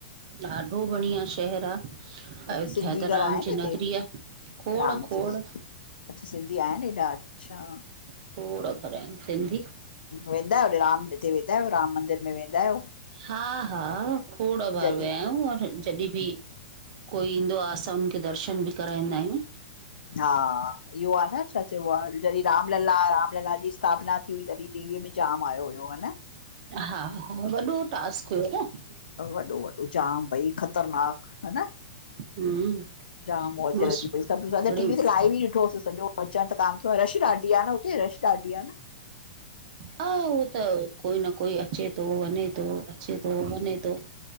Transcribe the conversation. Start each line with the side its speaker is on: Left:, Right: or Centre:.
Right: ॾाढो बढ़िया शहर आहे।
Left: अच्छा
Right: अयोध्या
Left: सिंधी
Right: त
Left: घर
Right: राम
Left: आहिनि
Right: जी
Left: हिते
Right: नगरी आहे। खोड़-खोड़,
Left: रामजी में अच्छा सिंधी आहिन ऐॾा, अच्छा।
Right: खोड़ घर आहिनि सिंधी
Left: वेंदा आहियो राम हिते, वेंदा आहियो राम मंदिर में वेंदा आहियो।
Right: हां-हां, खोड़ा बार
Left: जॾहिं
Right: वया आहियूं, और जॾहिं बि कोई ईंदो आहे। असां उनखे दर्शन भी कराईंदा आहियूं।
Left: हा, इहो आ न छा चइबो आ, जॾहिं रामलला रामलला जी स्थापना थी हुई तॾिं। टीवीअ में जाम आयो हुयो हा न।
Right: हा -हा, वॾो टास्क हुयो न।
Left: वॾो -वॾो जाम भई ख़तरनाक, हा न।
Right: हम्म
Left: जाम मौज
Right: मस्त
Left: लॻी पई सब सॼो
Right: बढ़िया
Left: टीवी ते लाइव ई ॾिठोसे सॼो। अच्छा त कान थियो आ, रश ॾाढी आ न हुते रश ॾाढी आ न।
Right: हा उहो त कोई न कोई अचे तो वञे तो अचे तो वञे तो।